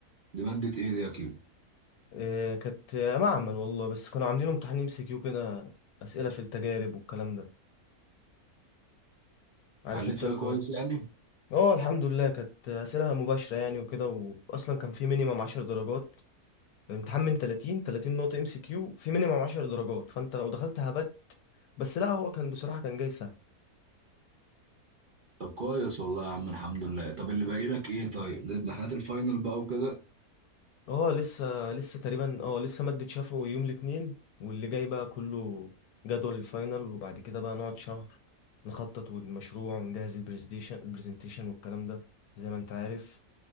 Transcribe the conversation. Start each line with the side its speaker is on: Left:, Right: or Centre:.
Right: دي مادة ايه دي يا كيلو
Left: إيه كانت معمل والله بس كانوا عاملين امتحان ام سي كيو كده أسئلة في التجارب والكلام ده عارف
Right: حليت
Left: انت
Right: فيها
Left: اللي
Right: كويس
Left: هو-
Right: يعني
Left: اه الحمد لله كانت اسئله مباشره يعني وكده واصلا كان في مينيمم 10 درجات الامتحان من 30 30 نقطه ام سي كيو في مينيمم 10 درجات فانت لو دخلت هبت بس لا هو كان بصراحه كان جاي سهل
Right: طب كويس والله يا عم الحمد لله طب اللي باقي لك ايه طيب الامتحانات الفاينل بقى وكده
Left: اه لسه لسه تقريبا اه لسه ماده شفوي يوم الاثنين واللي جاي بقى كله جدول الفاينل وبعد كده بقى نقعد شهر نخطط والمشروع ونجهز البرزنتيشن البرزنتيشن والكلام ده زي ما انت عارف